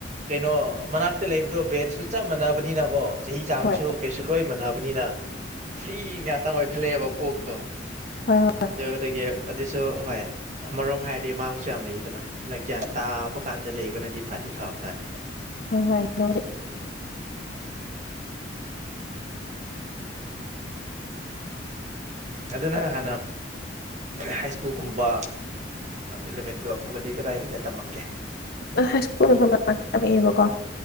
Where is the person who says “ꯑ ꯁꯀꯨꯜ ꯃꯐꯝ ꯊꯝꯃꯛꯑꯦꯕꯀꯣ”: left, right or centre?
Left